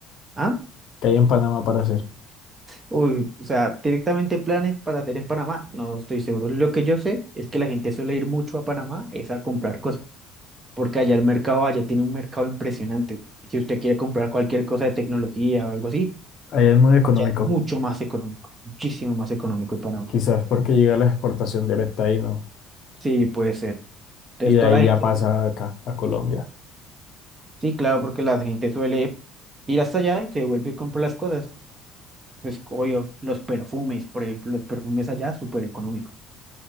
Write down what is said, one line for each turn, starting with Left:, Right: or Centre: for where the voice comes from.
Right: ¿Ah?
Left: ¿Qué hay en Panamá para hacer?
Right: Uy, o sea, directamente planes para hacer en Panamá. No estoy seguro. Lo que yo sé es que la gente suele ir mucho a Panamá es a comprar cosas. porque allá el mercado, allá tiene un mercado impresionante. Si usted quiere comprar cualquier cosa de tecnología o algo así,
Left: Allá es muy económico,
Right: allá es mucho más económico, muchísimo más económico en Panamá.
Left: quizás porque llega la exportación directa ahí, ¿no?
Right: Sí, puede ser. Entonces,
Left: Y de
Right: toda
Left: ahí
Right: la gente,
Left: ya pasa acá, a Colombia.
Right: sí, claro, porque la gente suele ir hasta allá y se vuelve y compra las cosas. Pues, obvio, los perfumes, por ejemplo, los perfumes allá, súper económicos.